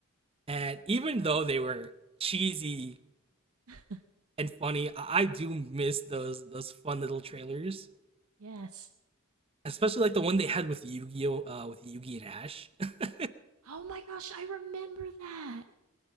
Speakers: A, on the right; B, on the right.
A: And even though they were cheesy
B: <laughs>
A: and funny, I, I do miss those those fun little trailers,
B: yes.
A: especially like the one they had with Yu-Gi-Oh, uh, with Yu-Gi and Ash. <laughs>
B: Oh my gosh, I remember that.